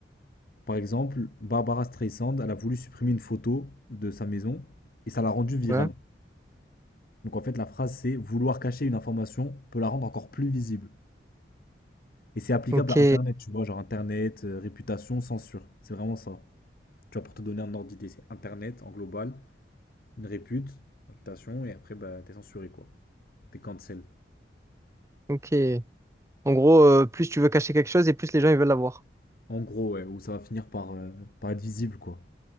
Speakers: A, on the left (about 50°); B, on the right (about 15°).
A: Par exemple, Barbara Streisand, elle a voulu supprimer une photo de sa maison et ça l'a rendue virale.
B: Ouais.
A: Donc en fait, la phrase c'est vouloir cacher une information peut la rendre encore plus visible. Et c'est applicable
B: Ok,
A: à Internet, tu vois, genre Internet, euh, réputation, censure. C'est vraiment ça. Tu vois, pour te donner un ordre d'idée, c'est Internet en global, une répute, réputation, et après, bah, t'es censuré, quoi. T'es cancel.
B: ok. En gros, euh, plus tu veux cacher quelque chose et plus les gens ils veulent l'avoir.
A: En gros, ouais, où ça va finir par, euh, par être visible, quoi.